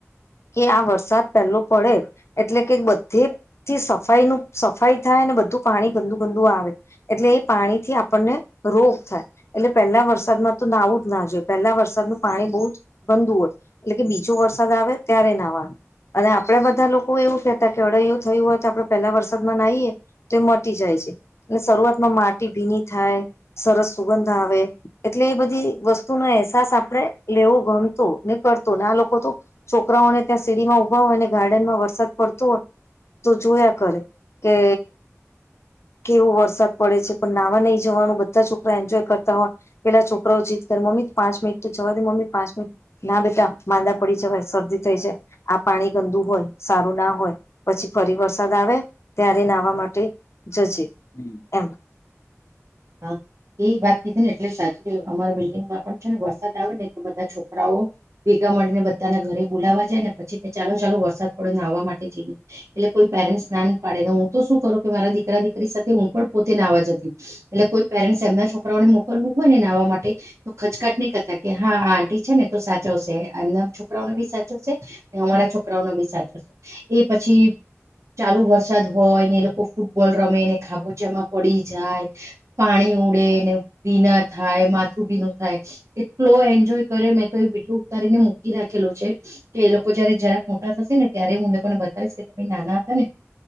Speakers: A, on the left; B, on the right.
A: કે આ વરસાદ પેલો પડે એટલે કે બધેથી સફાઈ નુ સફાઈ થાય ને બધું પાણી ગંદુ ગંદુ આવે એટલે એ પાણી થી આપણને રોપ થાય એટલે પહેલા વરસાદમાં તો નાવું જ ના જોઈએ પહેલા વરસાદ પાણી બોવ જ ગંદુ હોય એટલે કે બીજો વરસાદ આવે ત્યારે નાવાનું અને આપડે બધા લોકો એવું કહેતા કે અળૈું થયું હોય તો આપડે પેલા વરસાદમાં નાઈએ તો એ મટી જાય છે ને શરૂઆત માટી ભીની થાય સરસ સુગંધ આવે એટલે એ બધી વસ્તુનો અહેસાસ આપણે લેવો ગમતો ને કરતોને આ લોકો તો છોકરાઓને ત્યાં સીડીમાં ઉભા હોયને ગાર્ડન માં વરસ સાદ પડતો હોય તો જોયા કરે કે કેવો વરસાદ પડે છે, પણ નાહવા નહી જવાનું બધા છોકરા એન્જોય કરતા હોય પેલા છોકરાઓ જીત ક મમ્મી પાંચિનિટ તો જવા દે મમ્મી પાચિનિટ ના બેટા માંદા પડી જવાઈ શરદી થઈ જાય આ પા ણી ગંદુ હોય સારું ના હોય પછી ફરી વરસાદ આવે ત્યારે નાહવા માટે જજે એમ
B: હા. એ વાત કીધ ને એટલે સાચી અમારા બિલ્ડિંગમાં પણ છે, ને વરસાદ આવે ને તો બધા છોકરાઓ ભે ગા મળીને બધાના ઘરે બોલાવવા જાય ને પછી ચાલો ચાલો વરસાદ પડ્યો નાવા મા <unintelligible> એટલે કોઈ પેરન્ટ્સ નાની પાડે ને હું તો શું કરું કે મારા દીકરા દીકરી સાથે હું પણ પોતે નાવા જતી એટલે કોઈ પેરેન્ટસ એમના છોકરાઓને મોકલવું હોય ને નાહવા માટે તો ખચકાટ નહી કરતા કે હા આ આંટી છે ને તો સાચવશે છે, એમના છોકરાઓનો બી સાચવશે છે, અમારા છોકરાઓ ન બી સાચવશે છે, એ પછી ચાલુ વરસાદ હોય ને એ લોકો ફૂટબોલ રમે ને ખાબોચામાં પડી જાય પાણી ઉડે ને ભીના થાય માથું ભીનું થાય એટલો એન્જોય કરે મેં તો વિડીયો ઉતારીને મૂકી રાખેલો છે, કે એ લોકો જયારે જરાક મોટા થશે ને ત્યારે હું લોકોને બતાવીશ કે તમે નાના હતા ને